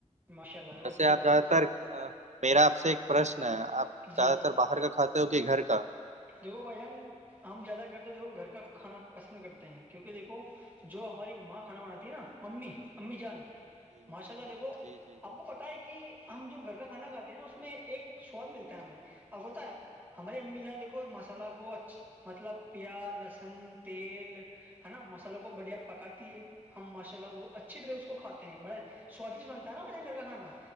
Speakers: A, on the right; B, on the right.
A: ماشاء اللہ دیکھو
B: ویسے
A: اچھی
B: آپ
A: بات
B: زیادہ
A: ہے
B: تر میرا آپ سے ایک پرشن ہے آپ
A: جی
B: زیادہ تر باہر کا کھات کے گھر کا
A: دیکھو بھائی جان ہم زیادہ کرتے دیکھو گھر کا کھانا پسند کرتے ہیں کیونکہ دیکھو جو ہماری ماں کھانا بناتی ہے نا ممی امی جان
B: جی
A: ماشاء اللہ دیکھو
B: جی جی جی
A: آپ کو پتا ہے کہ ہم جو گھر کا کھانا کھاتے ہیں نا اس میں ایک سواد ملتا ہے ہمیں اب ہوتا ہے ہماری امی جان دیکھو مسالہ کوچ مطلب پیاز لہسن تیل ہے نا مسالحوں کو بڑھیا پکاتی ہے ہم ماشاء اللہ وہ اچھی طرح اس کو کھاتے ہیں بڑا سوادشٹ بنتا ہے نا وھجن گھر کا کانا